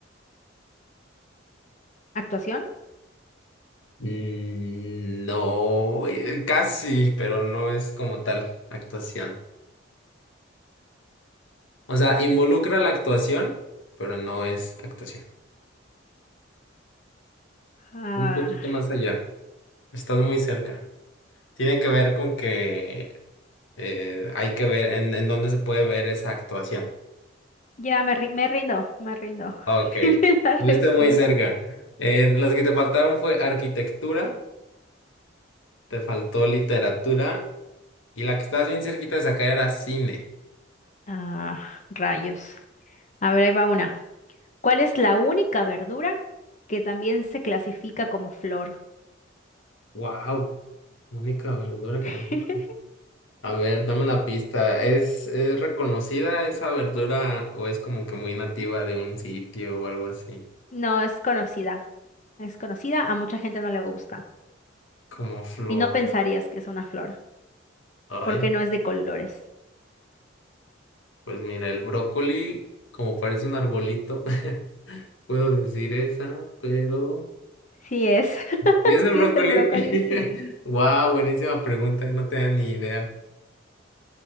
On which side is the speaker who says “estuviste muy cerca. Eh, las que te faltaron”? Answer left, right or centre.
Left